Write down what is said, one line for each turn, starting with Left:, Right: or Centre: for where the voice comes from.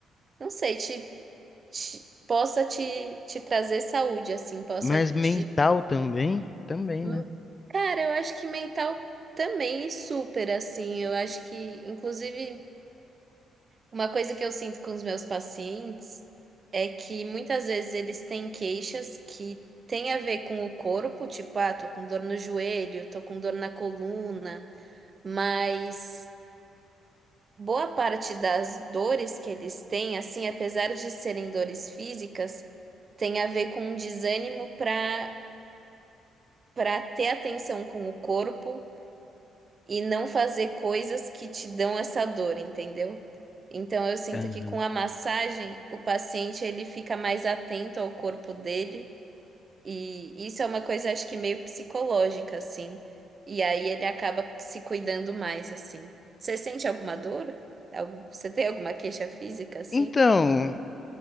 Right: não sei, te, te- possa te, te trazer saúde assim, possa
Left: Mas mental
Right: te
Left: também? Também,
Right: Hum,
Left: né?
Right: Cara, eu acho que mental também, super assim. Eu acho que, inclusive, uma coisa que eu sinto com os meus pacientes é que muitas vezes eles têm queixas que têm a ver com o corpo, tipo, ah, tô com dor no joelho, tô com dor na coluna, mas boa parte das dores que eles têm, assim, apesar de serem dores físicas, tem a ver com um desânimo para para ter atenção com o corpo e não fazer coisas que te dão essa dor, entendeu? Então eu sinto
Left: Aham.
Right: que com a massagem o paciente ele fica mais atento ao corpo dele e isso é uma coisa acho que meio psicológica assim. E aí ele acaba se cuidando mais assim. Você sente alguma dor? Algum- Você tem alguma queixa física assim?
Left: Então,